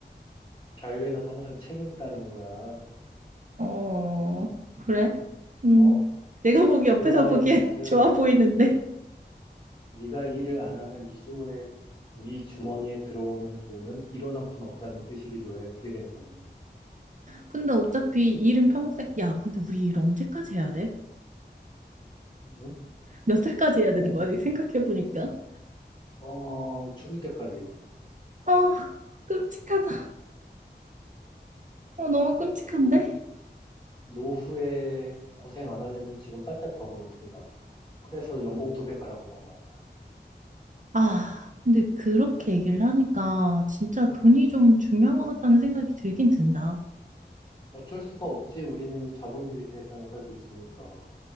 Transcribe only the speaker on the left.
자유에는 항상 책임 따르는 거야.
어?
그
말인즉슨
네가 일을 안 하면 네 주머니에 네 주머니에 들어오는 돈은 일원 한 푼 없다는 뜻이기도 해. 프리랜서는.
응?
우리
어, 죽을 때까지.
노, 노후에 고생 안 하려면 지금 바짝 벌어놓든가. 그래서 연봉 두 배 가라고 그런 거 아니야.
어쩔 수가 없지. 우리는 자본주의 세상에 살고 있으니까.